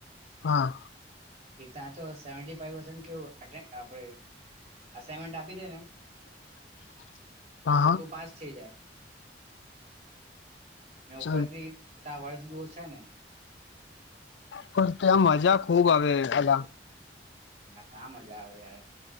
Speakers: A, on the left (about 90°); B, on the right (about 40°).
A: હા.
B: કે ત્યાં તો સેવાન્ટીફાઈવે પર્સન્ટ કેવું અટેન આપડે અસાઇમેન્ટ આપી દે ને
A: <inaudible> હા
B: તો
A: હા
B: તું પાસ થઈ જાય. મેં ઉપરથી
A: ચાલ
B: તારા વર્ષ બો ઓછા ને.
A: પણ ત્યાં મજા ખુબ આવે પેલા
B: ના કા મજા આવે યાર.